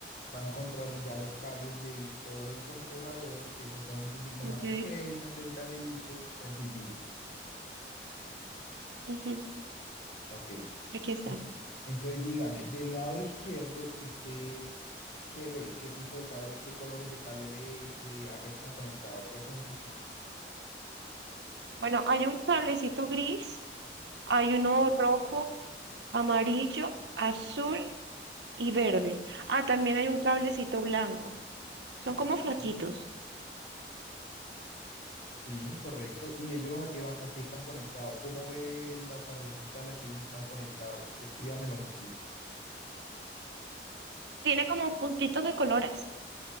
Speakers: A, on the left; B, on the right.
A: va a encontrar ya los cables del todo el controlador, que esos son un poquito
B: Ok,
A: más pequeños, delgaditos, sencillitos.
B: ujú,
A: Ok.
B: aquí están.
A: En- Entonces dígame, del lado izquierdo, ¿usted qué ve? ¿Qué tipo de cable, qué colores de cable ve? ¿Qué, a qué están conectados? Cuénteme un poquito.
B: Bueno, hay un cablecito gris, hay uno rojo, amarillo, azul y verde. Ah, también hay un cablecito blanco. Son
A: Ujú.
B: como flaquitos.
A: Sí, correcto. ¿Y ellos a qué van, a qué están conectados? ¿Cómo ve la tarjetica a la que ellos están conectados? Descríbamela un poquito.
B: Tiene como puntitos de colores.